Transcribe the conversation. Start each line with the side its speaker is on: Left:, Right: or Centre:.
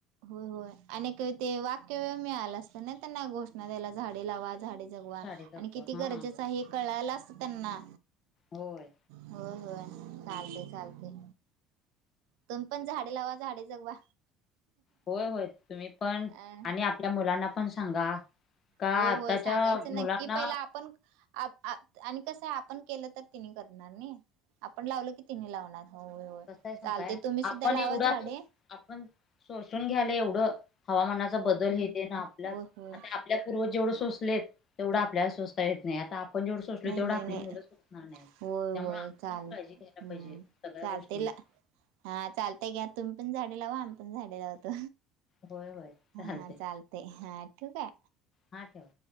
Right: होय होय अक ते वाक्य व मिळालं असतं ना त्यांना घोषणा द्याला झाडे लावा झाडे जगवा
Left: झाडेचं
Right: आणि किती
Left: हा
Right: गरजेचं आहे हे कळाल असत त्यांना
Left: होय.
Right: होय होय चालते चालते तुम् पण झाडे लावा झाडे जगवा
Left: होय होय तुम्ही पण
Right: अ
Left: आणि आपल्या मुलांना पण सांगा का
Right: होय
Left: आताच्या
Right: होय सांगायचं नक्की
Left: मुलांना
Right: पहिला आपण आणि कसं, आहे आपण केलं तर तिने करणार नाही. आपण लावलो की तिने लावणार. होय, होय
Left: कसं आहे सांगू
Right: चालते
Left: काय
Right: तुम्ही सुद्धा
Left: आपण
Right: लावा
Left: एवढं
Right: झाडे.
Left: आता आपण शोषून घ्याल एवढं हवामानाचा
Right: हम्म
Left: बदल हे ते ना आपल्यात,
Right: होय होय
Left: आता आपल्या पूर्वज जेवढं सोसलेत तेवढं आपल्याला सोसाता येत नाही आता आपण जेवढं सोचलो
Right: नाही
Left: तेवढं
Right: नाही
Left: आपली
Right: नाही
Left: मुलं सोसणार नाही त्यामुळे
Right: होय होय चालेल
Left: काळजी घ्यायला
Right: हम्म
Left: पाहिजे, सगळ्या
Right: चालते
Left: गोष्टींची.
Right: ला हा चालतय घ्या. तुम्ही पण झाडे लावा. आम्ही पण झाडे लावतो.
Left: होय होय चालते
Right: हा हा चालतेय. हा ठेऊ का?
Left: हा ठेव.